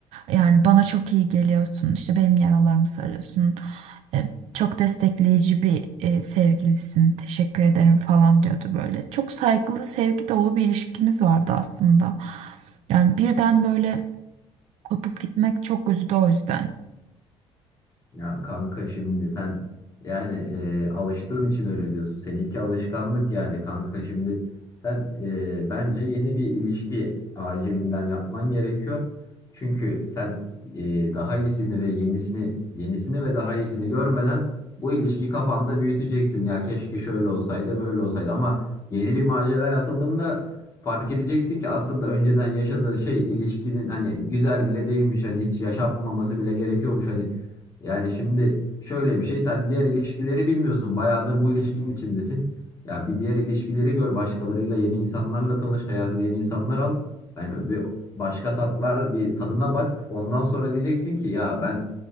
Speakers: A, on the right (about 75°); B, on the left (about 30°).
A: Yani bana çok iyi geliyorsun. İşte benim yaralarımı sarıyorsun. E, Çok destekleyici bir e, sevgilisin. Teşekkür ederim falan diyordu böyle. Çok saygılı, sevgi dolu bir ilişkimiz vardı aslında. Yani birden böyle kopup gitmek çok üzdü o yüzden.
B: Ya kanka şimdi sen yani e, alıştığın için öyle diyorsun. Seninki alışkanlık yani kanka şimdi sen e, bence yeni bir ilişki acilinden yapman gerekiyor. Çünkü sen e, daha iyisini ve yenisini yenisini ve daha iyisini görmeden bu ilişkiyi kafanda büyüteceksin. Ya keşke şöyle olsaydı böyle olsaydı ama yeni bir maceraya atıldığında fark edeceksin ki aslında önceden yaşadığın şey ilişkinin hani güzel bile değilmiş hani hiç yaşanmaması bile gerekiyormuş hani yani şimdi şöyle bir şey sen diğer ilişkileri bilmiyorsun. Bayağıdır bu ilişkinin içindesin. Ya bir diğer ilişkileri gör başkalarıyla yeni insanlarla tanış hayatına yeni insanlar al. Yani bir başka tatlar bir tadına bak. Ondan sonra diyeceksin ki ya ben